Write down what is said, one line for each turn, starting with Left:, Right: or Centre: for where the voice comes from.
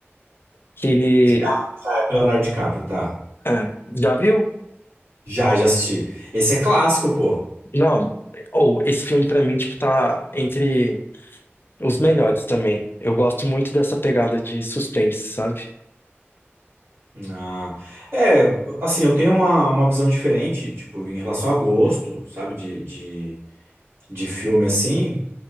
Left: que ele,
Right: Já é do Leonardo DiCaprio, tá?
Left: ah, já viu?
Right: Já, já assisti. Esse é clássico, pô.
Left: Não, ou esse filme pra mim, tipo, tá entre Os melhores também. Eu gosto muito dessa pegada de suspense, sabe?
Right: Ah, é, assim, eu tenho uma, uma visão diferente, tipo, em relação a gosto, sabe, de, de, de filme assim.